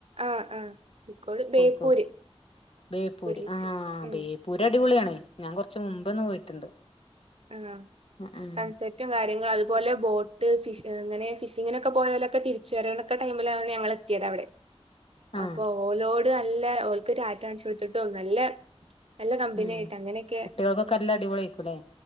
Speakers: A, on the right; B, on the left.
A: ആഹ് ആഹ് കോഴിക്കോട് ബേപ്പൂര്
B: കോഴിക്കോട് ബേപ്പൂര്
A: ബീച്ച്
B: ആ
A: ഉം
B: ബേപ്പൂര് അടിപൊളിയാണേ ഞാൻ കൊറച്ച് മുമ്പേ ഒന്ന് പോയിട്ടുണ്ട്
A: ആ
B: ഉം ഉം
A: സൺസെറ്റും കാര്യങ്ങളും അതുപോലെ ബോട്ട് ഫിഷ് അങ്ങനെ ഫിഷിങ്ങിനൊക്കെ പോയാലൊക്കെ തിരിച്ച് വരവിനൊക്കെ ടൈമിലാണ് ഞങ്ങൾ എത്തിയത് അവിടെ
B: ആഹ്
A: അപ്പൊ ഓലോട് നല്ല ഓൽക്ക് റ്റാറ്റാ കാണിച്ചുകൊടുത്തിട്ടും നല്ല നല്ല കമ്പനിയായിട്ട്
B: ഉം
A: അങ്ങനെയൊക്കെ
B: കുട്ടികൾക്കൊക്കെ നല്ല അടിപൊളിയായിരിക്കൂല്ലേ